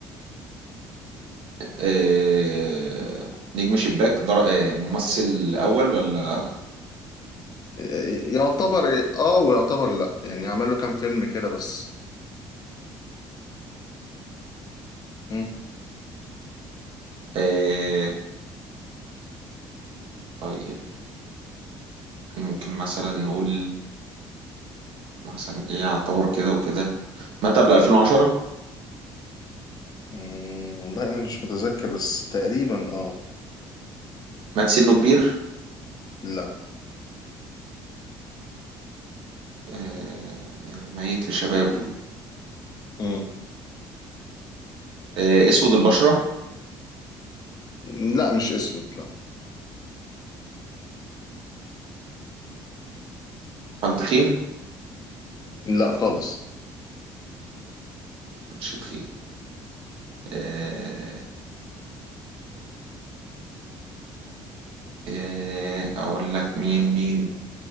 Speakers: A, on the right; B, on the left.
A: آه، نجم شباك در... آه، ممثل اول ولا
B: ي- يعتبر إيه؟ اه ويعتبر لا يعني عمل له كام فيلم كده بس مم.
A: آه، طيب ممكن مثلا نقول مثلا ايه يعتبر كده وكده مات قبل 2010
B: مم. والله انا مش متذكر بس تقريبا اه
A: مات سنه كبير
B: لا
A: آه، يعني ميت في شبابه
B: مم.
A: آه، اسود البشرة
B: لا مش اسود لا
A: كان تخين
B: لا خالص
A: كانش تخين آه، آه، اقول لك مين مين